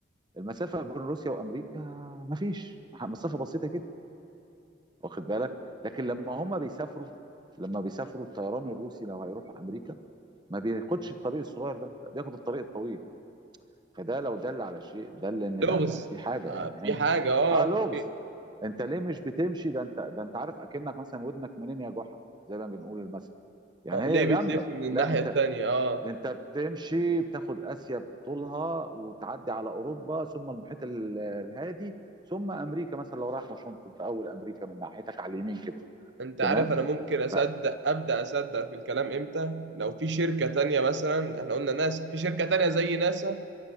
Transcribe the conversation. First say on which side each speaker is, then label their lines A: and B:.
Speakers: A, on the right; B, on the right.
A: المسافه بين روسيا وامريكا مفيش مسافه بسيطه جدا واخد بالك لكن لما هم بيسافروا لما بيسافروا الطيران الروسي لو هيروحوا امريكا ما بياخدش الطريق الصغير ده لا بياخد الطريق الطويل فده لو دل على شيء دل ان
B: لغز
A: لا في حاجه
B: آه،
A: ان هنا
B: في حاجة اه
A: اه لغز
B: في
A: انت ليه مش بتمشي ده انت ده انت عارف اكنك مثلا ودنك منين يا جحا زي ما بنقول المثل يعني
B: اه
A: هي
B: ليه بتلف
A: جنبك
B: من الناحية
A: لا انت
B: التانية اه
A: انت بتمشي بتاخد اسيا بطولها وتعدي على اوروبا ثم المحيط ال- الهادي ثم امريكا مثلا لو رايح واشنطن في اول امريكا من ناحيتك على اليمين كده
B: انت
A: تمام
B: عارف انا ممكن اصدق
A: ف
B: ابدا اصدق في الكلام امتى لو في شركة تانية مثلا احنا قلنا ناسا في شركة تانية زي ناسا